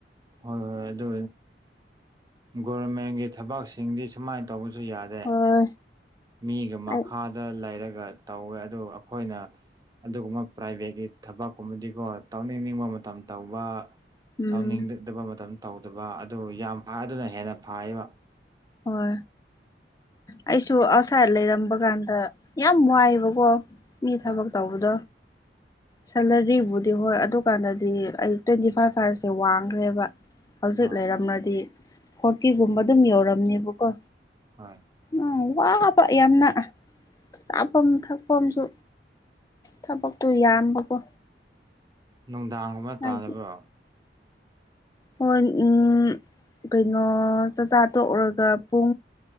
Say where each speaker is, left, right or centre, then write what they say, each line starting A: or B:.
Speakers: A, on the right; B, on the left.
A: ꯍꯣꯏ ꯍꯣꯏ ꯑꯗꯨ ꯒꯣꯔꯃꯦꯟꯒꯤ ꯊꯕꯛꯁꯤꯡꯗꯤ ꯁꯨꯃꯥꯏꯅ ꯇꯧꯕ ꯁꯨ ꯌꯥꯗꯦ
B: ꯍꯣꯏ
A: ꯃꯤꯒ ꯃꯈꯥꯗ
B: ꯑꯩ
A: ꯂꯩꯔꯒ ꯇꯧꯋꯦ ꯑꯗꯨ ꯑꯩꯈꯣꯏꯅ ꯑꯗꯨꯒꯨꯝꯕ ꯄ꯭ꯔꯥꯏꯚꯦꯠꯀꯤ ꯊꯕꯛꯀꯨꯝꯕꯗꯤꯀꯣ ꯇꯧꯅꯤꯡꯅꯤꯡꯕ ꯃꯇꯝ ꯇꯧꯕ
B: ꯎꯝ
A: ꯇꯧꯅꯤꯡꯗꯕ ꯃꯇꯝ ꯇꯧꯗꯕ ꯑꯗꯨ ꯌꯥꯝ ꯐ ꯑꯗꯨꯅ ꯍꯦꯟꯅ ꯐꯥꯏꯕ
B: ꯑꯣ ꯑꯩꯁꯨ ꯑꯥꯎꯁꯥꯏꯗ ꯂꯩꯔꯝꯕ ꯀꯥꯟꯗ ꯌꯥꯝ ꯋꯥꯏꯑꯕꯀꯣ ꯃꯤ ꯊꯕꯛ
A: ꯍꯣꯏ
B: ꯇꯧꯕꯗꯣ ꯁꯦꯂꯔꯤꯕꯨꯗꯤ ꯍꯣꯏ ꯑꯗꯨꯀꯥꯟꯗꯗꯤ ꯑꯩ ꯇ꯭ꯋꯦꯟꯇꯤ ꯐꯥꯏꯚ ꯍꯥꯏꯔꯁꯦ ꯋꯥꯡꯈ꯭ꯔꯦꯕ ꯍꯧꯖꯤꯛ
A: ꯑꯥ
B: ꯂꯩꯔꯝꯂꯗꯤ ꯐꯣꯔꯇꯤꯒꯨꯝꯕ ꯑꯗꯨꯝ ꯌꯧꯔꯝꯅꯦꯕꯀꯣ
A: ꯍꯣꯏ
B: ꯎꯝ ꯋꯥꯕ ꯌꯥꯝꯅ ꯆꯥꯐꯝ ꯊꯛꯐꯝꯁꯨ ꯊꯕꯛꯇꯨ ꯌꯥꯝꯕꯀꯣ
A: ꯅꯨꯡꯗꯥꯡꯒꯨꯝꯕ
B: ꯍꯥꯏꯗꯤ
A: ꯇꯥꯜꯂꯕ꯭ꯔꯣ
B: ꯍꯣꯏ ꯎꯝ ꯀꯩꯅꯣ ꯆꯥꯛꯆꯥ ꯇꯣꯛꯔꯒ ꯄꯨꯡ